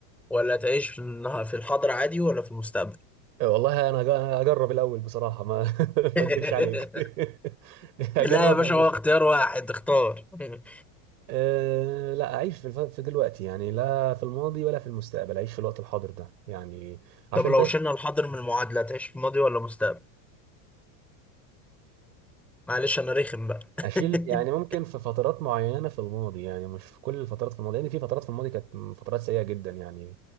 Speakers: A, in the centre; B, on the right (about 85°).
A: ولا هتعيش في النها- في الحاضر عادي ولا في المستقبل
B: والله انا هج- هجرب الاول بصراحه ما <laughs>
A: <laughs>
B: ما اكدبش عليك <laughs> هجرب
A: لا يا باشا
B: أعيش.
A: هو اختيار واحد اختار <laughs>
B: أه لا اعيش في الف- في دلوقتي يعني لا في الماضي ولا في المستقبل اعيش في الوقت الحاضر ده يعني عشان
A: طب لو
B: بس
A: شلنا الحاضر من المعادلة هتعيش في الماضي ولا المستقبل معلش انا رخم بقى
B: اشيل
A: <laughs>
B: يعني ممكن في فترات معينه في الماضي يعني مش في كل الفترات في الماضي لان في فترات في الماضي كانت فترات سيئه جدا يعني